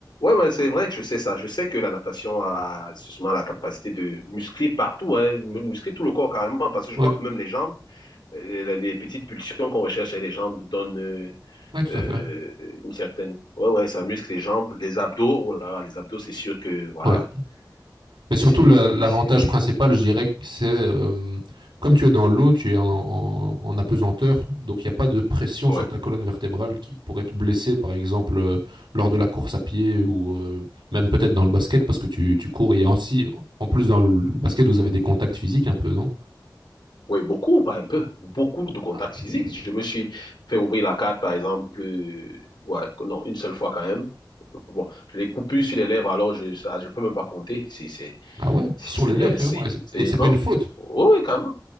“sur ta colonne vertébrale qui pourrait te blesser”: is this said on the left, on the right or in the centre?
Right